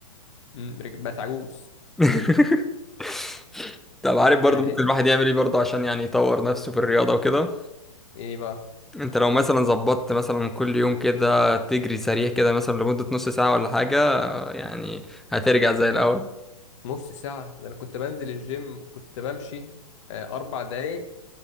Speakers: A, on the left; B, in the centre.
A: مم، رج- بقت عجوز
B: <laughs> طب عارف
A: يعني
B: برضه ممكن الواحد يعمل ايه برضه عشان يعني يطور نفسه في الرياضة وكده
A: ايه بقى
B: انت لو مثلا ظبطت مثلا كل يوم كده تجري سريع كده مثلا لمدة نص ساعة ولا حاجة يعني هترجع زي الأول
A: نص ساعه ده انا كنت بنزل الجيم كنت بمشي آه، اربع دقايق